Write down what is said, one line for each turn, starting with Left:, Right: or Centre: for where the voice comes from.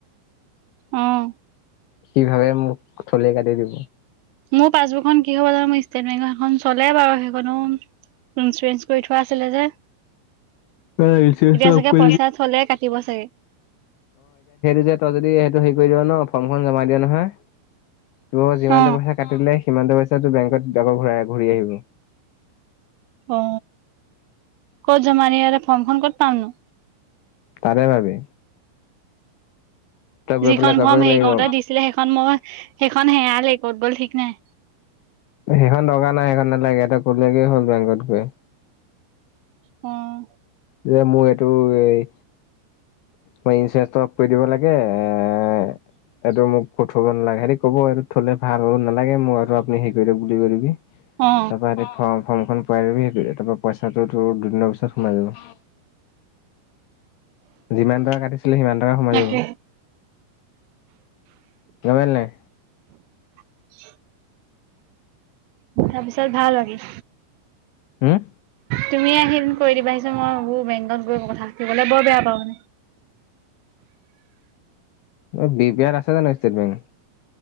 Right: অ অহ
Left: সি ভাবে মোক ঢলেই কাটি দিব।
Right: মোৰ পাছবুকখন কি হ'ল জানো মোৰ ষ্টেট বেংকৰ সেইখন চলে বাৰু সেইখনো ইঞ্চুৰেঞ্চ কৰি থোৱা আছিলে যে
Left: অ এতিয়া সেইটো
Right: চাগে পইচা থলে কাটিব চাগে
Left: যে তই যদি সেইটো হেৰি কৰি দিয় ন ফৰ্মখন জমা দিয়া নহয়। তোৰ যিমানটো
Right: অ
Left: পইচা কাটিলে সিমান টো পইচা টো বেংকত সেইটো আকৌ ঘূৰাই। ঘূৰি আহিব
Right: অ ক'ত জমা দিয়ে ইহতে ফৰ্মখন ক'ত পাম
Left: তাতে পাবি তই গৈ
Right: যিখন
Left: পেলাই ক'বগে
Right: ফৰ্ম হেৰি
Left: লাগিব
Right: কৰওঁতে দিছিলে সেইখন মই সেইখন হেৰালেই ক'ত গ'ল ঠিক নাই
Left: সেইখন দৰকাৰ নাই সেইখন নালাগে এবা কলেগেই হ'ল বেংকত গৈ
Right: উম
Left: যে মোৰ এইটো এই মই ইঞ্চুৰেঞ্চ কৰি দিব লাগে এ এইটো মোক কটোৱাব নালাগে সেটি ক'ব এইটো থলে ভাল নালাগে মোৰ আৰু সেই কৰিলো বুলি কৈ দিবি।
Right: অ অ
Left: তাৰপা সেই ফৰ্মখন পোৱাই দিবি সেই তাপা পইচাটো তোৰ দুদিনৰ পিছত সোমাই যাব। যিমান টকা কাটিছিলে সিমান টকা সোমাই
Right: তাকে
Left: যাব। গম পালি নাই।
Right: হয়', <inaudible> তাৰপিছত ভাল লাগে।
Left: হম',
Right: তুমি আহি কৰি দিবা ভাবিছোঁ মই মোৰ বেংকত গৈ কথা পাতিবলে বৰ বেয়া পাওঁ।
Left: অই, বি বি আৰ আছে জানো ষ্টেট বেংক